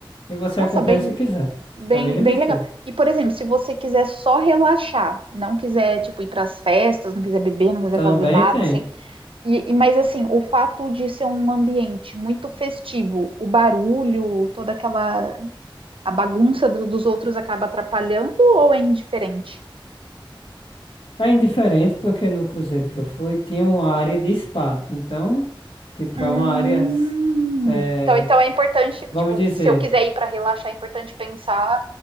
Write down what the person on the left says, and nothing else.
e você
acompanha
se quiser.
É bem divertido.
Também
tem.
É indiferente porque no cruzeiro que eu fui tinha uma área de spa. Então, tipo,
é uma área, é,
vamos
dizer,